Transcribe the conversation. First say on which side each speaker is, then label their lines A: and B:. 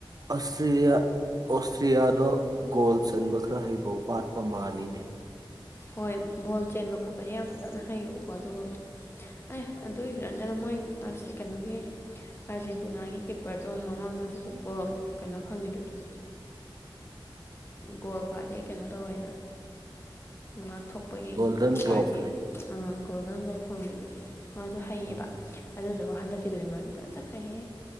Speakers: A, on the right; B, on the left.
A: ꯑꯣꯁꯇ꯭ꯔꯤꯌꯥꯗ ꯒꯣꯜ ꯆꯟꯕ ꯈꯔ ꯍꯩꯕ ꯋꯥꯠꯄ ꯃꯥꯜꯂꯤꯅꯤ
B: ꯍꯣꯏ ꯕꯣꯜ ꯆꯦꯟꯕ ꯈꯣꯠꯄꯗꯤ ꯌꯥꯝ ꯐꯖꯅ ꯍꯩꯌꯦꯕꯀꯣ ꯑꯗꯨꯒ ꯑꯦ ꯑꯗꯨꯒꯤꯁꯨ ꯅꯠꯇꯅ ꯃꯣꯏ ꯀꯩꯅꯣꯒꯤ ꯑꯥꯔꯖꯦꯟꯇꯤꯅꯥꯒꯤ ꯀꯤꯞꯄꯔꯗꯣ ꯃꯃꯥꯡꯗꯁꯨ ꯒꯣꯜ ꯀꯩꯅꯣ ꯐꯪꯉꯤꯗꯨꯗꯤ ꯒꯣꯜ ꯈ꯭ꯋꯥꯏꯗꯗꯒꯤ ꯀꯩꯅꯣ ꯇꯧꯋꯦꯅ ꯉ ꯊꯣꯛ ꯊꯣꯛ ꯑꯩꯈꯣꯏꯒꯤ
A: ꯒꯣꯜꯗꯟ
B: ꯀꯤꯞꯄꯔꯒꯤ
A: ꯒ꯭ꯂꯣꯞ
B: ꯒꯣꯜ ꯅꯪꯐꯥꯎ ꯐꯪꯉꯗꯨꯗꯤ ꯃꯥꯁꯨ ꯍꯩꯌꯦꯕ
A: ꯎꯝ
B: ꯑꯗꯨꯗꯣ ꯍꯟꯗꯛ ꯀꯤꯗꯨꯗꯤ ꯃꯃꯤꯡ ꯐꯖ ꯇꯈꯩꯍꯦ